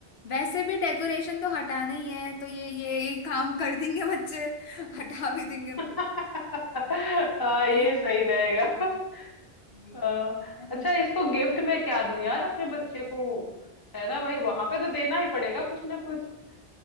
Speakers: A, on the left (about 65°); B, on the left (about 20°).
A: वैसे भी डेकोरेशन तो हटाना ही है तो ये ये ये काम कर देंगे बच्चे हटा भी देंगे
B: <laughs>
A: फिर
B: हाँ ये
A: एक
B: सही रहेगा
A: दोनों
B: <laughs>
A: करेंगे,
B: हाँ,
A: है
B: अच्छा
A: ना
B: इसको गिफ्ट में क्या दूं यार अपने बच्चे को है ना भाई वहां पे तो देना ही पड़ेगा कुछ ना भाई